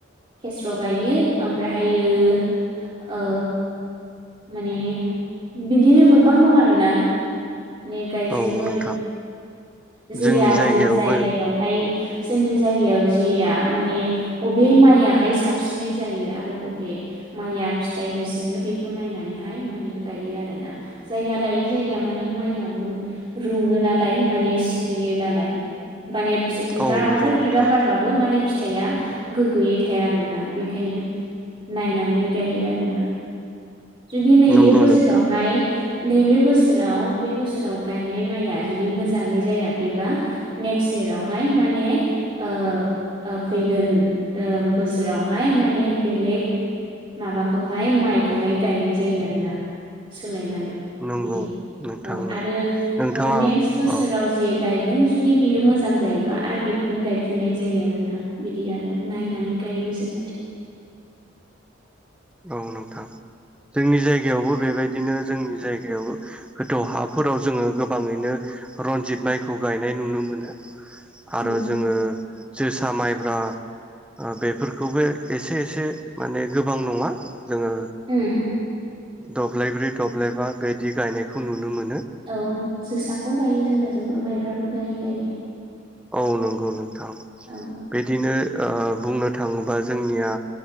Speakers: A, on the right; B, in the centre.
A: केस्र' गायो ओमफ्रा थायो ओ माने बिदिनो गोबां दं आरोना ने गायजोबो
B: औ
A: आरो।
B: नोंथां
A: जेया
B: जोंनि जायगायावबो
A: जे जायगायावहाय जोंनि जायगायाव जेया माने अबे माइआहाय साबसिनै जायो आरो अबे माइआ फिथाइ होसिनो बेखौ नायनानैहाय माने गायो आरोना जायगा लायै जायगा माने माइआबो रुङो नालाय माने सिरियो नालाय माने फि बिबार
B: औ नंगौ
A: हाजार
B: नोंथां
A: बिबार बारबाबो माने फि फिथाइआ गोगोयै थाया आरोना बेखायनो नायनानै गायो आरोना। जुदि नैबे
B: नंगौ
A: बोसोरावहाय
B: नोंथां
A: नैबे बोसोराव बे बोसोराव गायनाय माइया जुदि मोजाङै जायाखैबा नेक्सट यारावहाय माने ओ ओ फैगोन ओ बोसोरावहाय माने बेलेग माबाखौहाय माइखौहाय गायनाय जायो आरोना सोलायनानै
B: नंगौ
A: बिदि
B: नोंथांनो
A: औ आरो
B: नोंथाङा
A: ओ नेक्स बोसोराव
B: अ
A: जि गायदों जुदि बियो मोजां जायोबा आरो बेखौनो गायफिननाय जायो आरोना बिदि आरो नायनानै गायो जोंना।
B: औ नोंथां जोंनि जायगायावबो बेबायदिनो जोंनि जायगायाव गोथौ हाफोराव जोङो गोबाङैनो रनजित माइखौ गायनाय नुनो मोनो। आरो
A: औ
B: जोङो जोसा माइब्रा ओ बेफोरखौबो एसे एसे माने गोबां नङा। <inaudible> जोङो
A: उम
B: दब्लायब्रै दब्लायबा बेदि गायनायखौ नुनो मोन
A: औ जोसाखौ गायो जोंना जोंबो माइब्रा गायो गायनाया
B: औ नंगौ नों थां
A: औ
B: बिदिनो ओ बुंनो थाङोबा जोंनिया